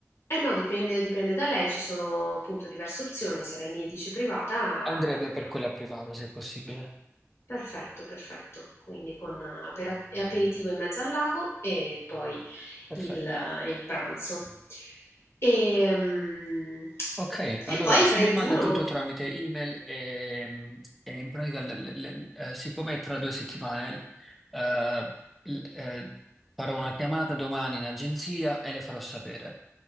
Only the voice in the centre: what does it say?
Andrebbe
per quella privata, se possibile.
Perfetto.
Ok, allora
se
mi manda tutto tramite email e, e in pratica, le- le- le- eh, siccome è tra due settimane, eh, l- eh, farò una chiamata domani in agenzia e le farò sapere.